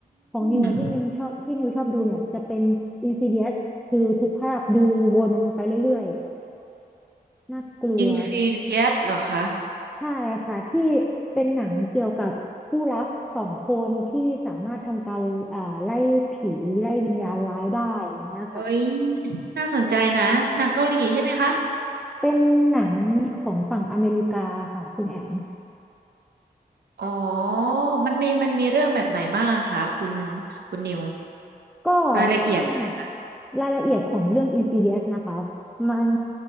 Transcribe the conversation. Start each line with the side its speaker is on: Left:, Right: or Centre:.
Centre: ของนิวอะที่นิวชอบที่นิวชอบดูเนี่ยจะเป็น
Right: ม
Centre: Insidious คือทุกภาคดูวนไปเรื่อยๆน่ากลัว
Right: อินฟิเลียสเหรอคะ
Centre: ใช่ค่ะที่เป็นหนังเกี่ยวกับคู่รักสองคนที่สามารถทำการอ่าไล่ผีไล่วิญญาณร้ายได้อย่างเงี้ยค่ะ
Right: เอ้ยน่าสนใจนะหนังเกาหลีใช่ไหมคะ
Centre: เป็นหนังของฝั่งอเมริกาค่ะคุณแอม
Right: อ๋อมันมีมันมีเรื่องแบบไหนบ้างอะคะคุณคุณนิว
Centre: ก็ถ้า
Right: รายละเอียดนะคะ
Centre: รายละเอียดของเรื่อง Insidious นะคะมัน